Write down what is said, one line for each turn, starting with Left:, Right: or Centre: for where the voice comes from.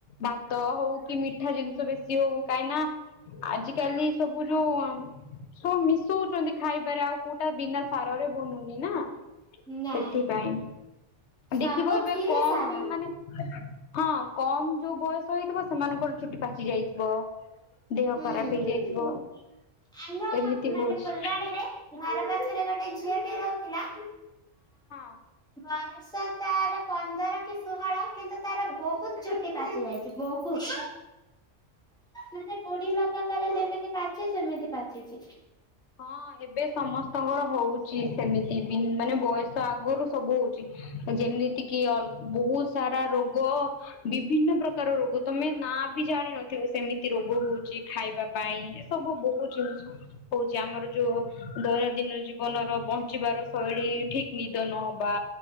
Left: ଭାତ ହଉ କି ମି ଠା ଜିନିଷ ବେଶି ହଉ କାଇଁନା ଆଜି କାଲି ସବୁ ଯୋଉ ସବୁ ମିଶଉଚନ୍ତି ଖାଇବାରେ ଆଉ କୋଉଟା ବିନା ସାରରେ ବନୁନି ନା।
Centre: ନାଇଁ
Left: ସେଥିପାଇଁ
Centre: ସବୁଥିରେ
Left: ଦେଖିବ ଏବେ କମ୍
Centre: ସାର।
Left: ମାନେ ହଁ କମ୍ ଯୋଉ ବୟସ ହେଇଥିବ ସେମାନଙ୍କର ଛୁଟି ପାଚି ଯାଇଥିବ। ଦେହ
Centre: ହୁଁ
Left: ଖରାପ ହେଇଯାଇଥିବ,
Centre: ଆମ
Left: ସେମିତି
Centre: ମାନେ
Left: ହଉଛି।
Centre: ଫୁଲବାଣୀରେ ଘର ପାଖେରେ ଗୋଟେ ଝିଅଟିଏ ରହୁଥିଲା।
Left: ହଁ।
Centre: ବୟ ସ ତାର ପନ୍ଦର କି ଷୋହଳ କିନ୍ତୁ ତାର ବହୁତ୍ ଚୁଟି ପାଚି ଯାଇଚି ବହୁତ୍। ମାନେ ବୁଢୀ ଲୋକଙ୍କର ଯେମିତି ପାଚେ ସେମିତି ପାଚିଚି।
Left: ହଁ ଏବେ ସମସ୍ତଙ୍କର ହଉଚି ସେମିତି ବି ମାନେ ବୟସ ଆଗରୁ ସବୁ ହଉ ଚି ଯେମିତି କି ଅଲ୍ ବହୁତ୍ ସାରା ରୋଗ ବିଭିନ୍ନ ପ୍ରକାର ରୋଗ ତମେ ନାଁ ବି ଜାଣିନଥିବ ସେମିତି ରୋଗ ହଉଚି, ଖାଇବା ପାଇଁ ଏସବୁ ବହୁତ୍ ଜିନିଷ ହଉଚି ଆମର ଯୋଉ ଦୈନନ୍ଦିନ ଜୀବନର ବଞ୍ଚିବାର ଶୈଳୀ ଠିକ୍ ନିଦ ନହବା